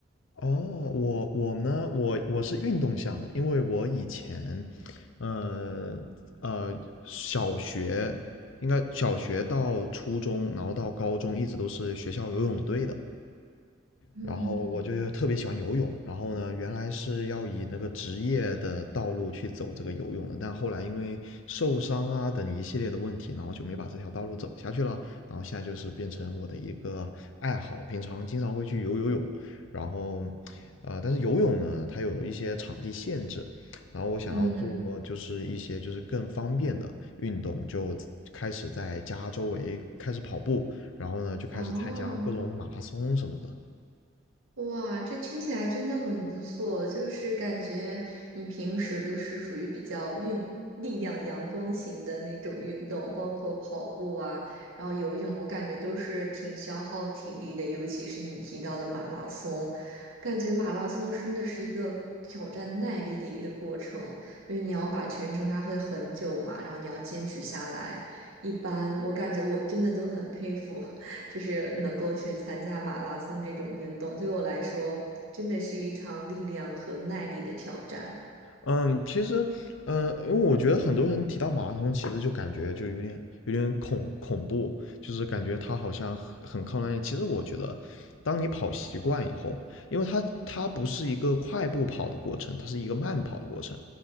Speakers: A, on the left; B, on the right.
A: 哦，我我呢，我我是运动向的，因为我以前，呃呃，小学应该小学到初中，然后到高中一直都是学校游泳队的。
B: 嗯，
A: 然后我就特别喜欢游泳，然后呢，原来是要以那个职业的道路去走这个游泳的，但后来因为受伤啊等一系列的问题，然后就没把这条道路走下去了。然后现在就是变成我的一个爱好，平常经常会去游游泳，然后，呃，但是游泳呢，它有一些场地限制，然后我想要做就是一些就是更方便的运动，
B: 嗯，
A: 就开始在家周围开始跑步，然后呢就开始参加各种马拉松什么的。
B: 哦。哇，这听起来真的很不错，就是感觉你平时都是属于比较运力量阳光型的那种运动，包括跑步啊，然后游泳，我感觉都是挺消耗体力的，尤其是你提到的马拉松，感觉马拉松真的是一个挑战耐力的一个过程，因为你要把全程它会很久嘛，然后你要坚持下来，一般我感觉我真的都很佩服。就是能够去参加马拉松这种运动，对我来说真的是一场力量和耐力的挑战。
A: 嗯，其实，嗯，因为我觉得很多人提到马拉松，其实就感觉就有点有点恐恐怖，就是感觉它好像很很靠耐力。其实我觉得，当你跑习惯以后，因为它它不是一个快步跑的过程，它是一个慢跑的过程。